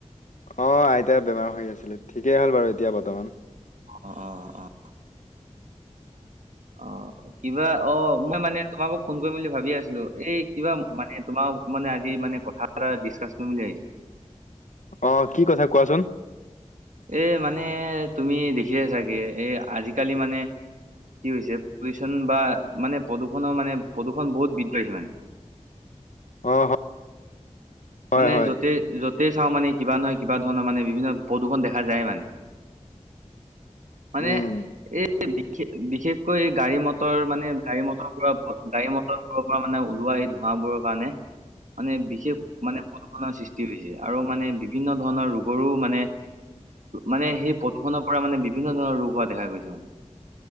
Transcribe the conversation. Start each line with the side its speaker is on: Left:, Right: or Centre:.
Left: অ' আইতাই। বেমাৰ হৈ আছিলে, ঠিকেই হ'ল বাৰু এতিয়া বৰ্তমান।
Right: অ' অ' অ'। অ' কিবা অ মই মানে। তোমাকো ফোন কৰিম বুলি ভাবি আছিলো, এই কিবা মানে তোমাক মানে আজি মানে কথা এটা ডিছকাছ কৰিম বুলি ভাবিছিলোঁ।
Left: অ' কি কথা কোৱাচোন।
Right: এ মানে তুমি দেখিছা চাগে এ আজিকালি মানে কি হৈছে? পলিউচন বা মানে প্ৰদূষণৰ মানে প্ৰদূষণ বহুত বৃদ্ধি পাইছে মানে।
Left: অ <unintelligible> হয়
Right: মানে
Left: হয়।
Right: য'তেই-য'তেই চাওঁ মানে, কিবা নহয় কিবা ধৰণৰ মানে বিভিন্ন। প্ৰদূষণ দেখা যায় মানে। মানে
Left: উম,
Right: এই বিশেষ, বিশেষকৈ এই গাড়ী-মটৰ মানে গাড়ী-মটৰ, গাড়ী মটৰবোৰৰ পৰা মানে। ওলোৱা এই ধোঁৱাবোৰৰ কাৰণে। মানে বিশেষ মানে প্ৰদূষণৰ সৃষ্টি হৈছে। আৰু মানে বিভিন্ন ধৰণৰ ৰোগৰো মানে। মানে সেই পথখনৰ পৰা মানে বিভিন্ন ধৰণৰ ৰোগ হোৱা দেখা গৈছে মানে।